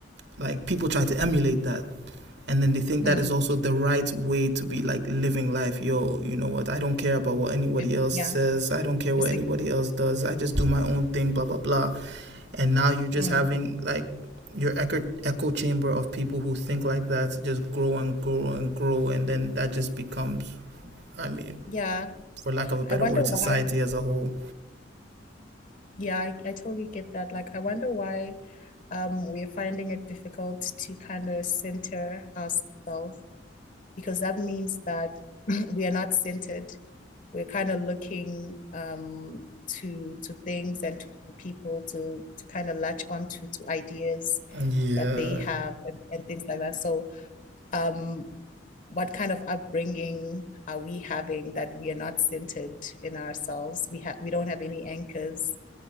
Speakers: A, on the right (about 65°); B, on the left (about 45°).
A: like people try to emulate that and then they think
B: mm.
A: that is also the right way to be like living life yo you know what i don't care about what anybody
B: It-
A: else
B: yeah
A: says i don't care what
B: Just
A: anybody
B: like,
A: else does i just do my own thing blah blah blah and now you're just
B: mm,
A: having like your echo, echo chamber of people who think like that just grow and grow and grow and then that just becomes i mean
B: yeah.
A: for lack of a better
B: I wonder
A: word society
B: why.
A: as a whole
B: Yeah, I, I totally get that. Like, I wonder why um we're finding it difficult to kind of center ourselves because that means that <laughs> <clears throat> we are not centered. We're kind of looking um to to things and to people to to kind of latch onto to ideas
A: Yeah.
B: that they have and, and things like that. So um, what kind of upbringing are we having that we are not centered in ourselves? We have we don't have any anchors